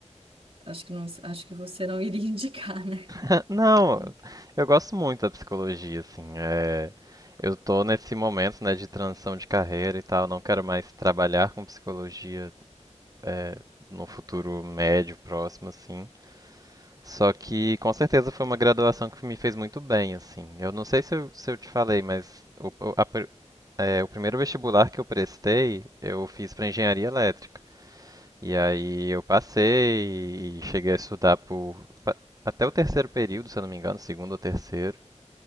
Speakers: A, on the right; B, on the right.
A: acho que não, acho que você não iria <laughs> indicar, né?
B: Ah, Não, eu gosto muito da psicologia, assim. É, eu tô nesse momento, né, de transição de carreira e tal. Não quero mais trabalhar com psicologia, é, no futuro médio, próximo, assim. Só que com certeza foi uma graduação que me fez muito bem, assim. Eu não sei se eu, se eu te falei, mas o, o- a pr- é, o primeiro vestibular que eu prestei, eu fiz para engenharia elétrica. E aí eu passei e cheguei a estudar por pa- até o terceiro período, se eu não me engano, segundo ou terceiro.